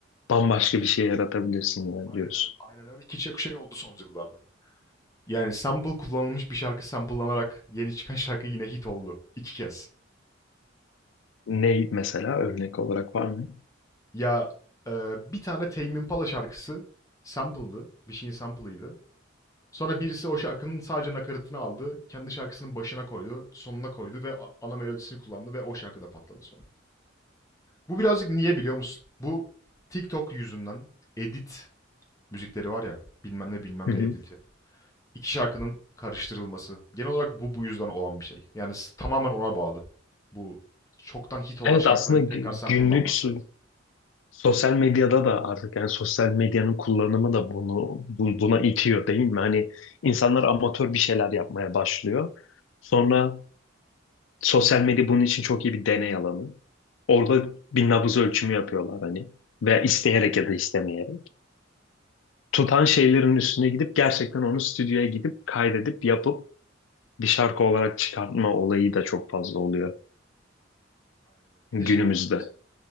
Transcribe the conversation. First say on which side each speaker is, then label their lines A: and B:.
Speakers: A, on the left (about 70°); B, on the left (about 15°).
A: bambaşka bir şey yaratabilirsin yani
B: Aynen
A: diyorsun.
B: öyle. Aynen öyle. Ki çok şey oldu son yıllarda. Yani sample kullanılmış bir şarkı samplelanarak yeni çıkan şarkı yine hit oldu. iki kez.
A: Ne mesela örnek olarak var mı?
B: Ya e, bir tane Tame Impala şarkısı sample'dı. Bir şeyin sample'ıydı. Sonra birisi o şarkının sadece nakaratını aldı. Kendi şarkısının başına koydu. Sonuna koydu ve ana melodisini kullandı ve o şarkı da patladı sonra. Bu birazcık niye biliyor musun? Bu TikTok yüzünden edit müzikleri var ya, bilmem ne bilmem
A: Hı hı.
B: ne editi. İki şarkının karıştırılması. Genel olarak bu bu yüzden olan bir şey. Yani s- tamamen ona bağlı. Bu çoktan hit olan
A: Evet
B: şarkıların
A: aslında gü-
B: tekrar sample'lanması.
A: günlük su-
B: Aynen,
A: Sosyal medyada da artık yani sosyal medyanın kullanımı da bunu bu- buna itiyor değil mi? Hani insanlar amatör bir şeyler yapmaya başlıyor. Sonra sosyal medya bunun için çok iyi bir deney alanı. Orada bir nabız ölçümü yapıyorlar hani veya isteyerek ya da istemeyerek. Tutan şeylerin üstüne gidip gerçekten onu stüdyoya gidip kaydedip yapıp bir şarkı olarak çıkartma olayı da çok fazla oluyor
B: aynen öyle. Bir
A: günümüzde
B: de şey vardı mesela.